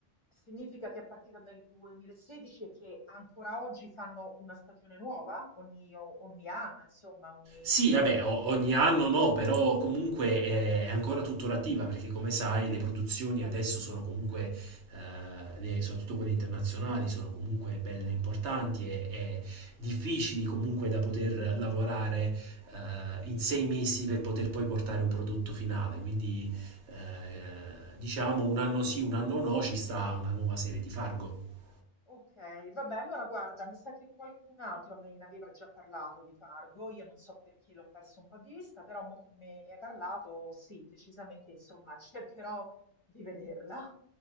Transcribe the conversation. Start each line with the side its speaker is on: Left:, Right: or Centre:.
Left: significa che è partita nel 2016 e che ancora oggi fanno una stagione nuova? Ogni, o- ogni anno, insomma, ogni...
Right: Sì, vabbè, o- ogni anno no, però comunque è, è ancora tuttora attiva perché come sai le produzioni adesso sono comunque, eh, le- soprattutto quelle internazionali, sono comunque belle importanti e, e difficili comunque da poter lavorare eh, in sei mesi per poter poi portare un prodotto finale. Quindi eh, diciamo un
Left: Ok,
Right: anno sì, un anno no, ci sta una nuova serie di Fargo.
Left: ok, vabbè, allora guarda, mi sa che qualcun altro me ne aveva già parlato di Fargo, io non so perché l'ho perso un po' di vista, però mo che me ne hai parlato, sì, decisamente, insomma, <laughs> cercherò di vederla.